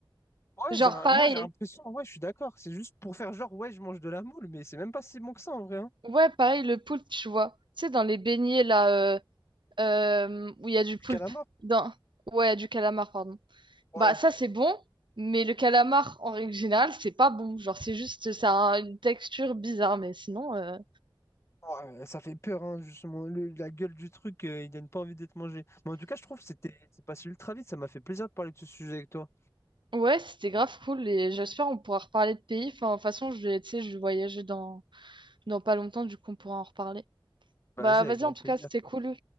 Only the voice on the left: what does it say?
Ouais,
j'ai un-
moi j'ai l'impression, ouais, je suis d'accord. C'est juste pour faire genre, ouais, je mange de la moule, mais c'est même pas si bon que ça en vrai. Hein.
Le Calamar,
ouais.
Ouais, ça fait peur, hein, justement. Le- la gueule du truc, euh, il donne pas envie d'être mangé. Mais en tout cas, je trouve que c'était, c'est passé ultra vite. Ça m'a fait plaisir de parler de ce sujet avec toi.
Vas-y,
avec grand
plaisir.